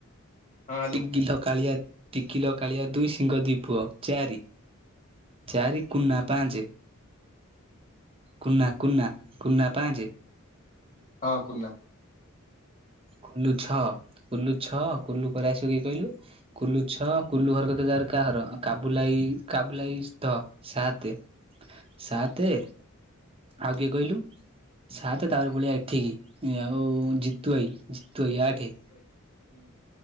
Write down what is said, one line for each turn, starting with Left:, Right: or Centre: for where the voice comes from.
Left: ହ୍ୟାଲୋ
Right: ତିକିଲ କାଳିଆ ଟିକିଲ କାଳିଆ ଦୁଇ, ସିଂହ ଦି ପୁଅ ଚାରି ଚାରି କୁନା ପାଞ୍ଚ କୁନା କୁନା କୁନା ପାଞ୍ଚ।
Left: ହଁ କୁନା।
Right: କୁଲୁ ଛ କୁଲୁ ଛ କୁଲୁ ପରେ ଆସିବ କିଏ କହିଲୁ? କୁଲୁ ଛ କୁଲୁ ଘର କତୀରେ କା ଘର କାବୁଲାଇ କାବୁଲାଇ ଧ ସାତେ, ସାତେ ଆଉ କିଏ କହିଲୁ ସାତ ତାପରେ
Left: ଓକେ
Right: ପଳିଆ ଏଠିକି ଆଉ ଜିତୁ ଭାଇ ଜିତୁ ଭାଇ ଆଠେ।
Left: ବାଇ ଇ।